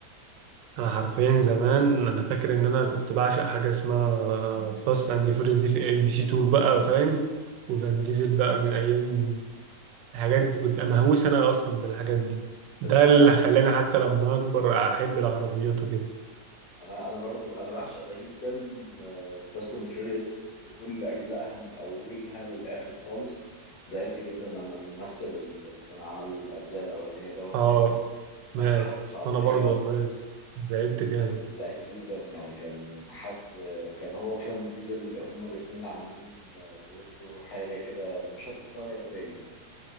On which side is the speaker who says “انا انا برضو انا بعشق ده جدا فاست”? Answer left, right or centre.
Left